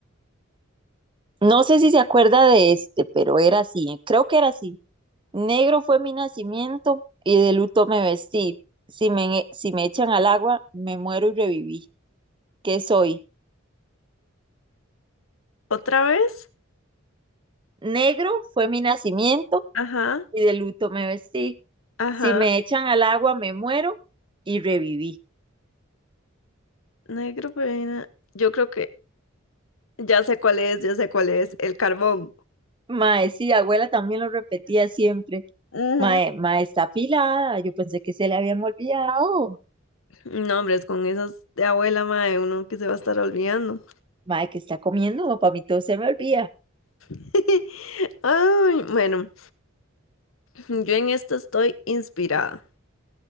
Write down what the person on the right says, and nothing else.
No sé si se acuerda de este, pero era así, eh, creo que era así. Negro fue mi nacimiento y de luto me vestí. Si me, eh, si me echan al agua, me muero y reviví. ¿Qué soy?
Negro fue mi nacimiento
y de luto me vestí.
Si me echan al agua, me muero y reviví.
Mae, sí, abuela también lo repetía siempre.
Mae, mae está afilada. Yo pensé que se le habían olvidado.
Mae, que está comiendo? Para mí todo se me olvida.